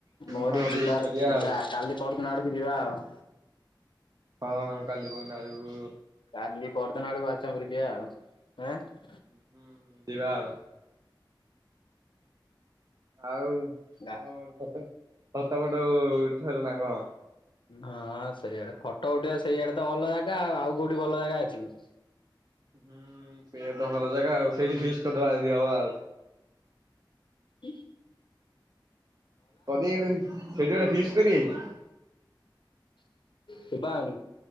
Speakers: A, on the left; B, on the right.
A: ମୋରି
B: ହଁ ଫିଷ୍ଟ୍
A: ଯିବାର
B: କରିବା
A: ଥିଲା
B: ଆଉ।
A: କାଲି ପରଦିନ ଆଡକୁ ଯିବା ଆଉ।
B: ହଁ କାଲି ପରଦିନ ଆଡ଼କୁ।
A: କାଲି ପରଦିନ ଆଡକୁ ବଲଚନ୍ଦ୍ରପୂର୍ ଯିବା ଆଉ।
B: ହୁଁ ହୁଁ ଯିବା ଆଉ। ଆଉ କଣ
A: ଆଁ
B: ଗୋଟେ ଫଟ ଫୋଟ ଫଟ ଉଠଉଛ ନା କଣ?
A: ଅଁ ସେଇଆଡେ ଫଟୋ ଉଠେଇିବା ସେଇଆଡେ ତ ଭଲ ଜାଗା ଆଉ ଆଉ କୋଉଠି ଭଲ ଜାଗା ଅଛି କି।
B: ଉଁ ସେୟା ତ ଭଲ ଜାଗା ଆଉ ସେଇଠି ଫିଷ୍ଟ୍ କରିଦବା ଯଦି ହବ ଆଉ।
A: ଉଁ।
B: ପଦୀଗଡେ ହୈ ସେଠି ଗୋଟେ ଫିଷ୍ଟ୍ କରିଆ କି?
A: ସୁବାଉନି।